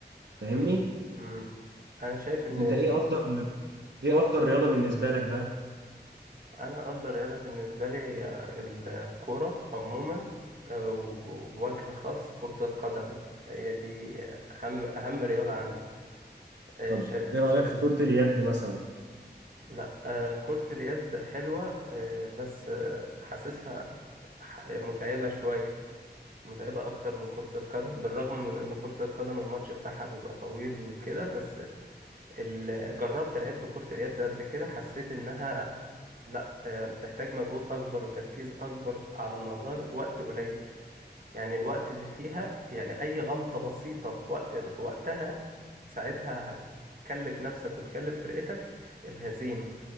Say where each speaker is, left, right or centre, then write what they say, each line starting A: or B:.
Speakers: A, on the right (about 85°); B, on the right (about 55°).
A: فاهمني
B: مم. انا شايف ان
A: انت ايه افضل ايه افضل رياضة بالنسبة لك بقى
B: انا افضل رياضة بالنسبة لي هي الكرة عموما آه، وب- وبوجه خاص كرة القدم هي دي اهم اهم رياضة عندي آه،
A: طب
B: شر...
A: ايه رأيك
B: شر...
A: في كرة اليد مثلا
B: لا آه، كرة اليد حلوة آه، بس آه، حاسسها ح- متعبة شوية متعبة أكتر من كرة القدم بالرغم من إن كرة القدم الماتش بتاعها بيبقى طويل وكده بس ال... جربت لعبت كرة اليد ده قبل كده حسيت إنها لأ آه، بتحتاج مجهود أكبر وتركيز أكبر على مدار وقت قليل يعني الوقت اللي فيها يعني أي غلطة بسيطة في وقت في وقتها ساعتها هتكلف نفسك وتكلف فرقتك الهزيمة